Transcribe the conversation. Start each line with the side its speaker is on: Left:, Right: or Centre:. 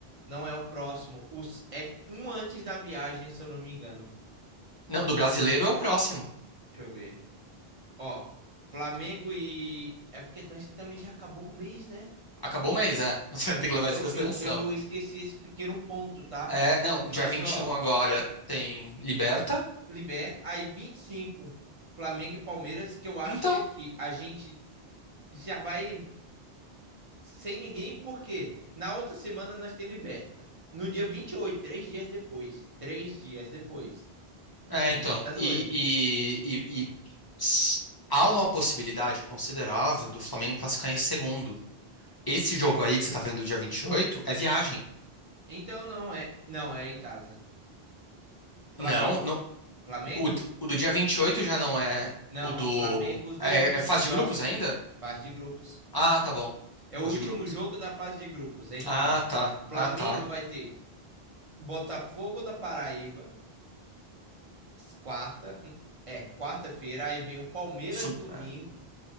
Right: não é o próximo. Os, é um antes da viagem, se eu não me engano.
Left: Não, do brasileiro é o próximo.
Right: Deixa eu ver. Ó, Flamengo e. É porque nós também já acabou o mês, né?
Left: Acabou o mês, é. <laughs> Você tem que levar
Right: Eu,
Left: isso em consideração.
Right: eu, eu esqueci esse pequeno ponto, tá?
Left: É, não,
Right: Mas,
Left: dia 21
Right: ó,
Left: agora tem Liberta.
Right: liberta. Aí 25 Flamengo e Palmeiras, que eu acho
Left: Então,
Right: que aqui a gente já vai sem ninguém, porque na outra semana nós tem liberta. No dia 28, três dias depois. Três dias depois.
Left: É,
Right: Tem
Left: então,
Right: Libertadores.
Left: e, e- e- e s- há uma possibilidade considerável do Flamengo classificar em segundo. Esse jogo aí que você tá vendo do dia 28 é viagem.
Right: Então não é. Não, é em casa. Flamengo.
Left: Não, não-
Right: Flamengo?
Left: o, do o do dia 28 já não é
Right: Não,
Left: o do.
Right: Flamengo, os dois
Left: É,
Right: últimos
Left: é fase de
Right: jogos,
Left: grupos ainda?
Right: fase de grupos.
Left: Ah, tá bom.
Right: É o
Left: Fase
Right: último
Left: de grupos.
Right: jogo da fase de grupos, é em casa.
Left: Ah, tá.
Right: Flamengo
Left: Ah, tá.
Right: vai ter Botafogo da Paraíba, quarta, é, quarta-feira, aí vem o Palmeiras
Left: Sub-
Right: domingo,
Left: é.